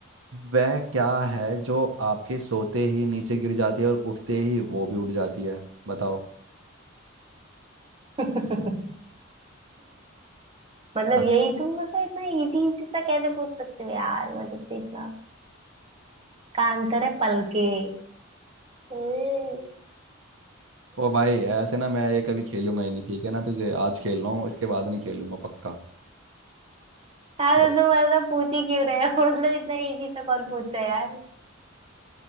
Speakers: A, on the right; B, on the right.
A: वह क्या है जो आपके सोते ही नीचे गिर जाती है और उठते ही वो भी उठ जाती है बताओ
B: हूँ <laughs> मतलब
A: बस
B: यही तुम मतलब इतना इजी इजी सा कैसे पूछ सकते हो यार मतलब से इतना का अंतर है पलके <laughs>
A: ओ भाई ऐसे ना मैं ये कभी खेलूंगा ही नहीं ठीक है ना तुझे आज खेल रहा हूँ इसके बाद नहीं खेलूंगा पक्का
B: यार
A: सब
B: तुम ऐसा पूछ ही क्यों रहे हो <laughs> मतलब इतना इजी सा कौन पूछता है यार